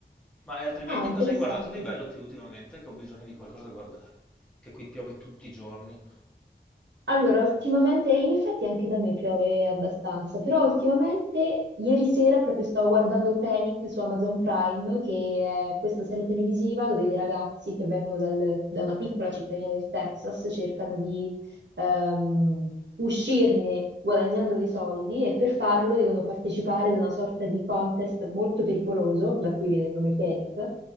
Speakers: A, in the centre; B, on the right.
A: Ma eh, altrimenti
B: Ah, interessante.
A: cosa hai guardato di bello te ultimamente? Che ho bisogno di qualcosa da guardare, che qui piove tutti i giorni.
B: Allora, ultimamente, in effetti anche da me piove abbastanza, però ultimamente, ieri sera proprio stavo guardando Panic su Amazon Prime, che è questa serie televisiva dove i ragazzi che vengono dal- da una piccola cittadina del Texas cercano di ehm, uscirne guadagnando dei soldi e per farlo devono partecipare ad una sorta di contest molto pericoloso, da cui viene il nome Panic